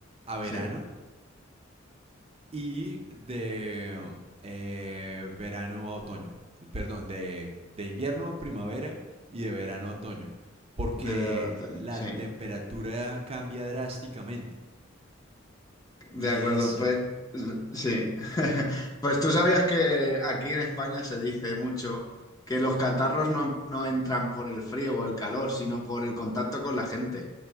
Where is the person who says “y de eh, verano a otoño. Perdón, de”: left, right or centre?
Right